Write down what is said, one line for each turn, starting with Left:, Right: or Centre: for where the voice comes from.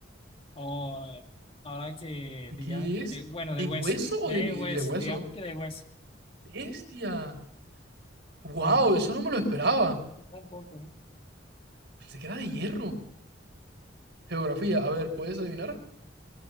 Left: O eh, ahora que,
Right: ¿De
Left: digamos
Right: qué
Left: que,
Right: es?
Left: de- bueno,
Right: ¿De
Left: de hueso,
Right: hueso o
Left: de
Right: de, vi-
Left: hueso,
Right: de hueso?
Left: digamos que de hueso.
Right: Bestia. Wow,
Left: Ah,
Right: eso no me lo esperaba.
Left: yo tampoco. ¿eh?
Right: Pensé que era de hierro. Geografía, a ver, ¿puedes adivinar?